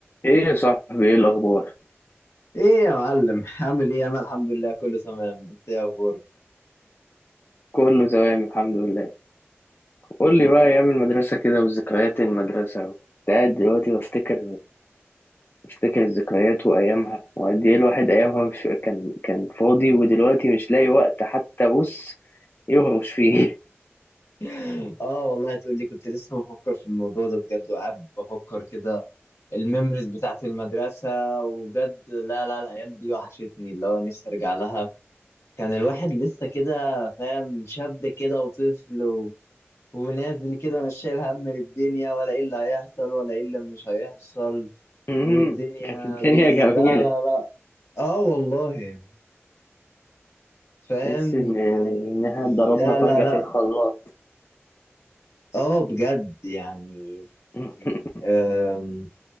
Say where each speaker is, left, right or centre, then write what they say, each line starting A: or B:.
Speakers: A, on the left; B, on the left.
A: ايه يا صاحبي ايه الاخبار
B: ايه يا معلم عامل ايه انا الحمد لله كله تمام انت ايه اخبارك
A: كله تمام الحمد لله قول لي بقى ايام المدرسه كده وذكريات المدرسه كنت قاعد دلوقتي بفتكر بفتكر الذكريات وايامها وقد ايه الواحد ايامها مش كان كان فاضي ودلوقتي مش لاقي وقت حتى بص يهرش فيه
B: <laughs> اه والله تقول لي كنت لسه بفكر في الموضوع ده بجد وقاعد بفكر كده الميموريز بتاعت المدرسة وبجد لا لا الايام دي وحشتني اللي هو نفسي ارجع لها كان الواحد لسه كده فاهم شاب كده وطفل و... ونازل كده مش شايل هم للدنيا ولا ايه اللي هيحصل ولا ايه اللي مش هيحصل
A: <laughs> أمم،
B: والدنيا
A: كانت الدنيا
B: بيس
A: جميله
B: لا لا لا اه والله فاهم
A: تحس ان
B: يعني
A: انها اتضربنا
B: لا
A: فجاه
B: لا لا
A: في الخلاط
B: اه بجد يعني
A: <laughs>
B: آم،